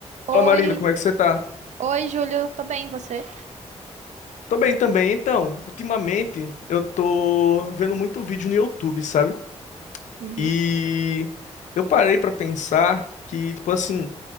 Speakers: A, on the right; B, on the left.
A: Oi,
B: Fala Marina, como é que você tá?
A: oi, Júlio, tô bem, e você?
B: Tô bem também. Então, ultimamente eu tô vendo muito vídeo no YouTube, sabe?
A: Uhum.
B: E eu parei pra pensar que, tipo assim,